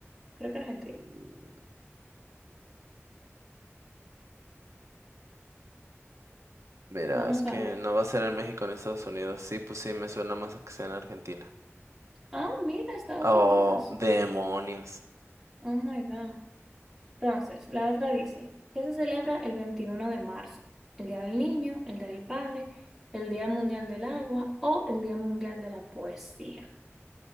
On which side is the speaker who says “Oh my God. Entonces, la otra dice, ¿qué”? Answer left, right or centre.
Centre